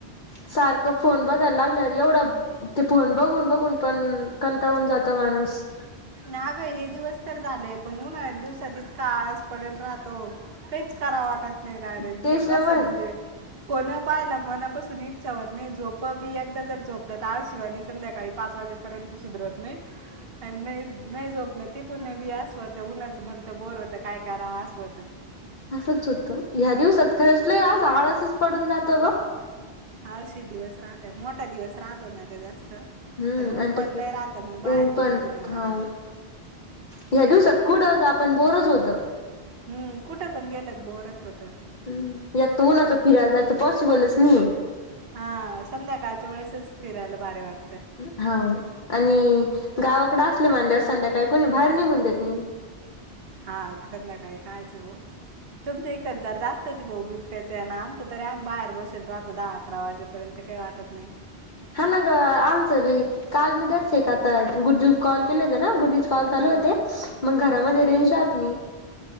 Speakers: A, on the left; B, on the right.
A: सारखं फोन बघायला लागला वर एवढं ते फोन बघून बघून पण कंटाळून जातो माणूस.
B: ना गय हे दिवस तर झालेय पण उन्हाळात दिवसातच इतका आळस पडत राहतो. काहीच कराव वाटत नाही डायरेक्ट
A: तेच
B: नेमकं
A: ना
B: असं
A: मग
B: म्हणजे फोन पाहिला मनापासून इच्छा होत नाही झोप बी एकदा जर झोपलं तर आळशी वानीच संध्याकाळी पाच वाजेपर्यंत सुधरत नाही आणि नाही नाही झोपलं ते पण हे बी अस होतं उन्हाच भलतं बोर होतं काय करावं अस होत.
A: असंच होतं ह्या दिवसात खरच लई असा आळसच पडून जातो गं.
B: आळशी दिवस राहतोय मोठा दिवस राहतो ना गं जास्त.
A: हम्म
B: अन ऊन
A: आणि त्याच्यात
B: पण लई राहतं मग
A: ऊन
B: बाहेर बी
A: पण
B: निघू नाही वाटतं.
A: हा ह्या दिवसात कुठं जा पण बोअर च होतं.
B: हम्म कुठं पण गेलत बोअर च होत.
A: हम्म एक तर उन्हाच फिरायला जायचं पॉसिबलच नाही.
B: हां संध्याकाळच्या वेळेसच फिरायला भारी वाट
A: हाव आणि गावाकडें असलं म्हणाल्यावर संध्याकाळी कोणी बाहेर निघून देत नाही.
B: हां सध्याकाळी कायचं बो तुमचं इकडे जर जास्तच भा बिबट्याच हेन आमचा तरी आम्ही बाहेर बसल राहतो दहा अकरा वाजे पर्यंत काही वाटत नाही.
A: हां ना गं आमच लई काल मी दस एकात आता गुड्डी ला कॉल केले होते ना गुड्डी चे कॉल चालू
B: हम्म.
A: होते मग घरामध्ये रेंज राहत नाही.